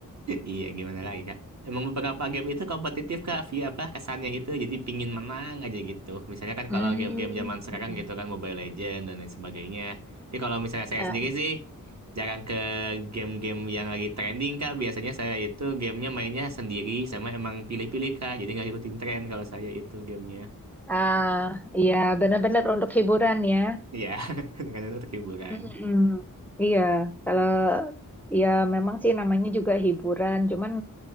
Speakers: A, on the right; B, in the centre.
A: Iya, gimana lagi, Kak? Emang beberapa game itu kompetitif, Kak. Via apa kesannya itu jadi pingin menang aja gitu. Misalnya kan
B: Hmm.
A: kalau game-game zaman sekarang
B: Mm-mm.
A: gitu kan Mobile Legends dan lain sebagainya. Tapi kalau misalnya saya
B: Eh,
A: sendiri sih jarang ke game-game yang lagi trending, Kak. Biasanya saya itu gamenya mainnya sendiri sama emang pilih-pilih, Kak. Jadi nggak ikutin tren kalau saya itu gamenya.
B: ah, iya benar-benar untuk hiburan ya.
A: Iya, <laughs> kadang-kadang untuk hiburan.
B: Mm-mm. Iya, kalau ya memang sih namanya juga hiburan, cuman